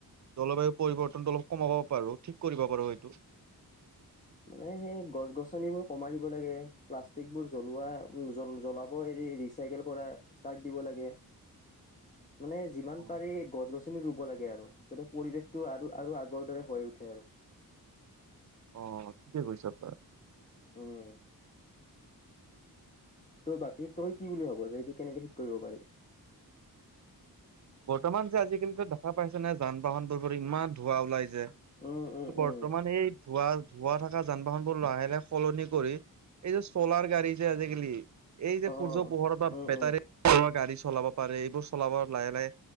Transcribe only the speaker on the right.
জলবায়ু পৰিৱৰ্তনটো অলপ কমাব পাৰো ঠিক কৰিব পাৰো সেটো
অ
অ ঠিকে কৈছা তই।
বৰ্তমান যে আজিকালি দেখা পাইছে নে যান বাহনবোৰোৰ ইমান ধোঁৱা ওলাই যে কিন্তু
বৰ্তমান
এই ধোঁৱা ধাৱো থকা যান বাহন বোৰ লাহে লাহে সলনি কৰি এই যে চলাৰ গাড়ী যে আজিকালি- এই যে
সূৰ্য পোহৰৰ পৰা
বেটাৰী
গাড়ী চলাব পাৰে এইবোৰ চলাব লাহে লাহে।